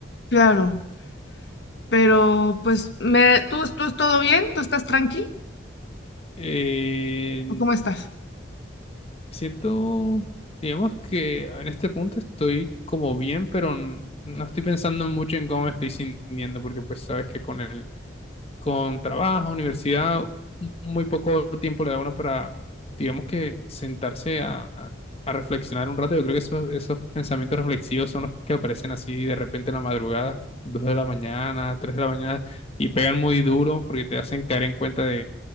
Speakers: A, on the left (about 60°); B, on the left (about 30°).
A: claro. Pero pues, me, ¿tú, tú todo bien? ¿Tú estás tranqui?
B: Eh,
A: ¿O cómo estás?
B: Siento, digamos que en este punto estoy como bien, pero n- no estoy pensando mucho en cómo me estoy sintiendo, porque pues sabes que con el, con trabajo, universidad, muy poco tiempo le da uno para, digamos que sentarse a, a- a reflexionar un rato. Yo creo que esos, esos pensamientos reflexivos son los que aparecen así de repente en la madrugada, dos de la mañana, tres de la mañana, y pegan muy duro porque te hacen caer en cuenta